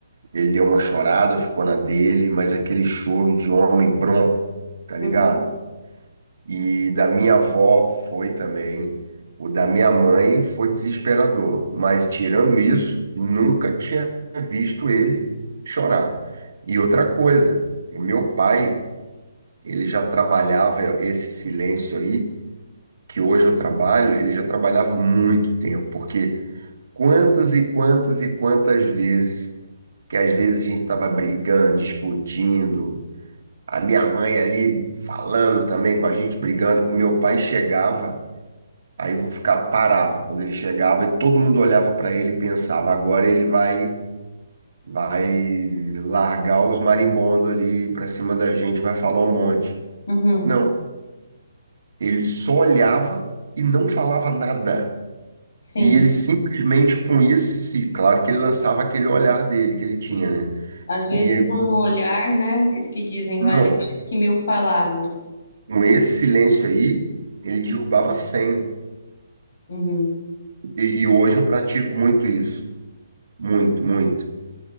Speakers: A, on the right; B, on the left.
A: Ele deu uma chorada, ficou na dele, mas aquele choro de homem bronco, tá
B: Uhum.
A: ligado? E da minha avó foi também. O da minha mãe foi desesperador. Mas tirando isso, nunca tinha visto ele chorar. E outra coisa, o meu pai, ele já trabalhava esse silêncio aí, que hoje eu trabalho, ele já trabalhava há muito tempo, porque quantas e quantas e quantas vezes que às vezes a gente estava brigando, discutindo, a minha mãe ali falando também com a gente, brigando, o meu pai chegava, aí vou ficar parava quando ele chegava e todo mundo olhava para ele e pensava, agora ele vai vai largar os marimbondos ali para cima da gente, vai falar um monte.
B: Uhum,
A: Não, ele só olhava e não falava nada.
B: sim.
A: E ele simplesmente com isso, sim, claro que ele lançava aquele olhar dele que ele tinha, né?
B: Às vezes
A: E
B: um olhar, né? Isso que dizem
A: não,
B: vale mais que mil palavras.
A: Com esse silêncio aí, ele derrubava cem
B: Uhum,
A: E, e hoje eu pratico muito isso. Muito, muito.